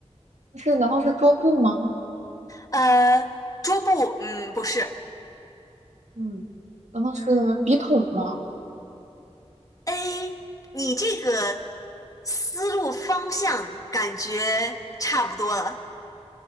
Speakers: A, on the right; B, on the left.
A: 不是，难道是桌布吗？
B: 呃，桌布，嗯，不是。
A: 嗯，难道是笔筒吗？
B: A，你这个思路方向感觉差不多了。